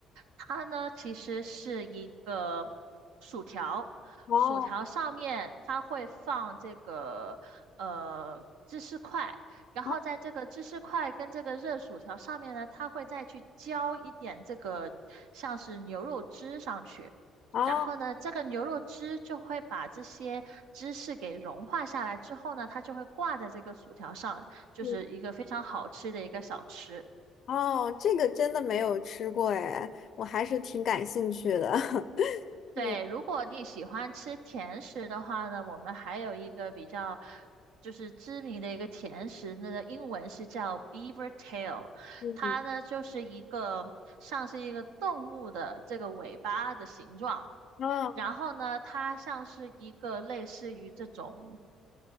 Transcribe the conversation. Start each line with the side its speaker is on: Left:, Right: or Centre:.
Right: 它呢其实是一个薯条。
Left: 哦，
Right: 薯条上面它会放这个呃芝士块，然后在这个芝士块跟这个热薯条上面呢，
Left: 啊
Right: 它会再去浇一点这个像是牛肉汁上去，
Left: 哦，
Right: 然后呢，这个牛肉汁就会把这些芝士给融化下来之后呢，它就会挂在这个薯条上，就是一个非常好吃的一个小吃。
Left: 嗯，哦，这个真的没有吃过哎，我还是挺感兴趣的。<laughs>
Right: 对，
Left: 嗯
Right: 如果你喜欢吃甜食的话呢，我们还有一个比较就是知名的一个甜食，那个英文是叫 Beaver Tail，
Left: 嗯，
Right: 它呢就是一个像是一个动物的这个尾巴的形状。
Left: 哦，
Right: 然后呢，它像是一个类似于这种，